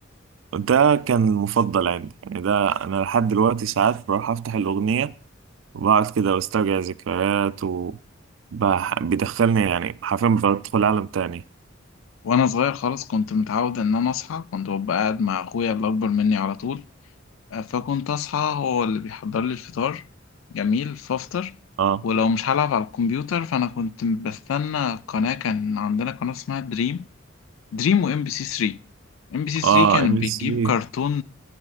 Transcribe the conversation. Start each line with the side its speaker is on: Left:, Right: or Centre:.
Right: ده كان المفضل عندي يعني ده انا لحد دلوقتي ساعات بروح افتح الاغنيه وبقعد كده واسترجع ذكريات و بح- بيدخلني يعني حرفيا بدخل عالم تاني
Left: وانا صغير خالص كنت متعود ان انا اصحى كنت ببقى قاعد مع اخويا اللي اكبر مني على طول آه، فكنت اصحى هو اللي بيحضر لي الفطار جميل فافطر
Right: اه
Left: ولو مش هلعب على الكمبيوتر فانا كنت بستنى قناة كان عندنا قناة اسمها دريم دريم وام بي سي 3 ام بي سي 3
Right: اه
Left: كانت
Right: ام
Left: بتجيب
Right: سي
Left: كرتون